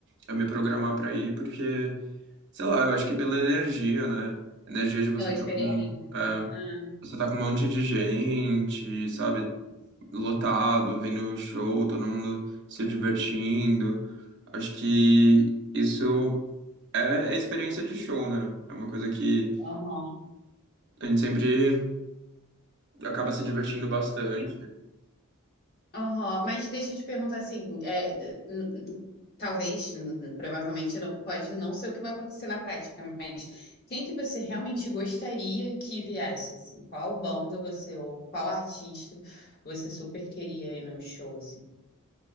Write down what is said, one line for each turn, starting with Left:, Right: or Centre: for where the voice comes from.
Right: eu me programar pra ir, porque, sei lá, eu acho que pela energia, né? Energia de você
Left: Pela
Right: tá
Left: experiência.
Right: com, é,
Left: É, é,
Right: você tá com um monte de gente, sabe? Lotado, vendo o show, todo mundo se divertindo. Acho que isso é, é experiência de show, né? É uma coisa que
Left: aham.
Right: a gente sempre acaba se divertindo bastante.
Left: Aham, Mas deixa eu te perguntar assim, é, n- n- talvez, n- n- provavelmente não pode não ser o que vai acontecer na prática, mas quem que você realmente gostaria que viesse, assim? Qual banda você ou qual artista você super queria ir no show, assim?